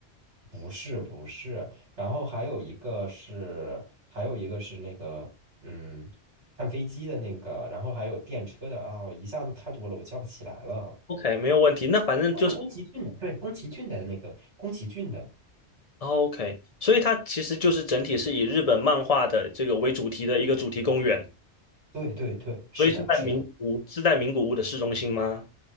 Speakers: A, on the right (about 75°); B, on the left (about 40°).
A: 不是不是，然后还有一个是，还有一个是那个，嗯，看飞机的那个，然后还有电车的啊，一下子太多了，我叫不起来了。
B: ，OK，没有问题。那反正就是
A: 都是宫崎骏的，对，宫崎骏的那个，宫崎骏的，
B: 哦 OK，所以它其实就是整体是以日本漫画的这个为主题的一个主题公园，
A: 对对对，是的，
B: 所以是在名古屋，
A: 是的。
B: 是在名古屋的市中心吗？